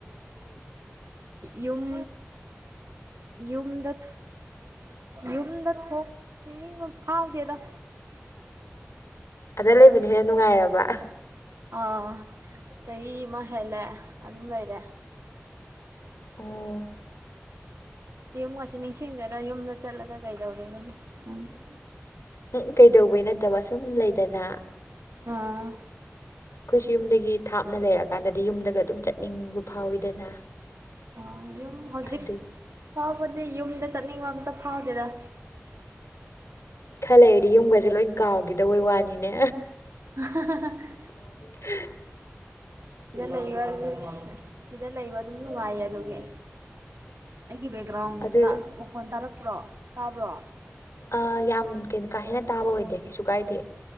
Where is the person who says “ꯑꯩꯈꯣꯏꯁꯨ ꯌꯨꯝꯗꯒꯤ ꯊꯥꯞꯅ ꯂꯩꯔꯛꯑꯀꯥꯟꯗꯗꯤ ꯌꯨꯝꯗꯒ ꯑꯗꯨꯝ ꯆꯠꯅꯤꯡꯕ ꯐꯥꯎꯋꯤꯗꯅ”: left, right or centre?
Left